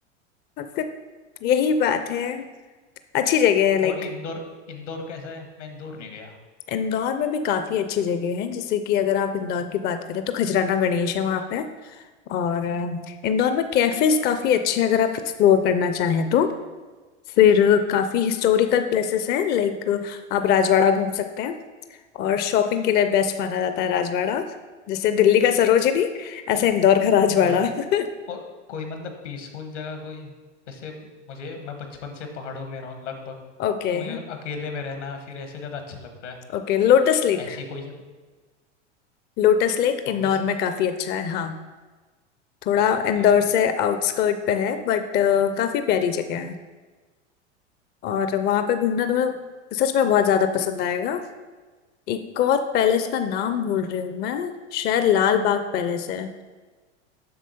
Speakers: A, on the left (about 30°); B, on the left (about 75°).
A: और फिर यही बात है अच्छी जगह है लाइक
B: और इंदौर इंदौर कैसा है मैं इंदौर नहीं गया
A: इंदौर में भी काफी अच्छी जगह है जैसे कि अगर आप इंदौर की बात करें तो खजराना गणेश है वहां पे और अ, इंदौर में कैफेज काफी अच्छे हैं अगर आप एक्सप्लोर करना चाहें तो फिर अ, काफी हिस्टोरिकल प्लेसेस हैं लाइक आप राजवाड़ा घूम सकते हैं और शॉपिंग के लिए बेस्ट माना जाता है राजवाड़ा जैसे दिल्ली का सरोजिनी ऐसा इंदौर का Rajwada
B: आ,
A: <laughs>
B: और कोई मतलब पीसफुल जगह कोई जैसे मुझे मैं बचपन से पहाड़ों में रहा हूँ लगभग
A: Okay
B: तो मुझे अकेले में रहना या फिर ऐसे ज्यादा अच्छा लगता है
A: Okay lotus lake
B: ऐसी कोई जगह
A: Lotus lake Indore
B: लोटस
A: में काफी अच्छा है हाँ थोड़ा
B: ओके
A: इंदौर से आउटस्कर्ट पे है बट काफी प्यारी जगह है और वहां पे घूमना तुम्हें सच में बहुत ज्यादा पसंद आएगा एक और पैलेस का नाम भूल रही हूँ मैं शायद लाल बाग पैलेस है